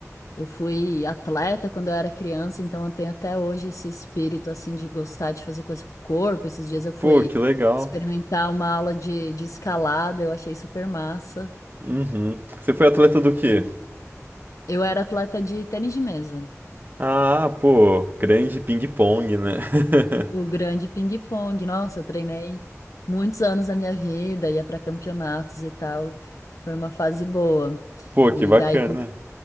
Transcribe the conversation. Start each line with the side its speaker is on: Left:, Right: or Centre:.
Left: eu fui atleta quando eu era criança, então eu tenho até hoje esse espírito assim de gostar de fazer coisas com o corpo. Esses dias eu fui
Right: Pô, que legal.
Left: experimentar uma aula de, de escalada, eu achei super massa.
Right: Uhum. Você foi atleta do quê?
Left: Eu era atleta de tênis de mesa.
Right: Ah, pô, grande ping-pong, né? <laughs>
Left: O grande ping-pong. Nossa, eu treinei muitos anos da minha vida, ia para campeonatos e tal. Foi uma fase boa.
Right: Pô,
Left: E
Right: que bacana.
Left: daí, pro-